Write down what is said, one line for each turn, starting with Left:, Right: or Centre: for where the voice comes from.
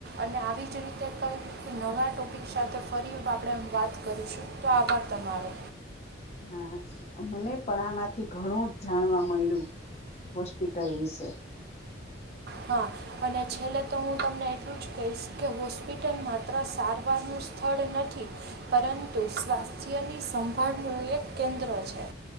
Right: અને આવી જ રીતે કંઈક કે નવા ટોપિક સાથે ફરી આપણેમ વાત કરીશું તો આભાર તમારો
Left: હા મને પણ આમાંથી ઘણું જ જાણવા મળ્યું હોસ્પિટલ વિશે
Right: હા અને છેલ્લે તો હું તમને એટલું જ કહીશ કે હોસ્પિટલ માત્ર સારવારનું સ્થળ નથી પરંતુ સ્વાસ્થ્યની સંભાળનું એક કેન્દ્ર છે